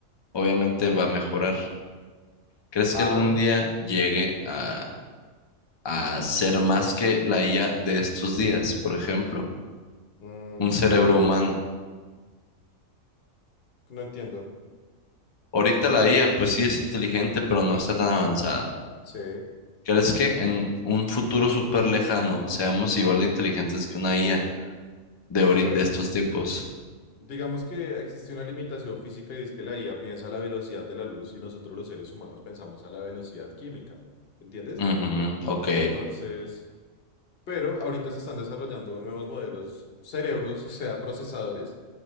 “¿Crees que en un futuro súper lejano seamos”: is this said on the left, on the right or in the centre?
Left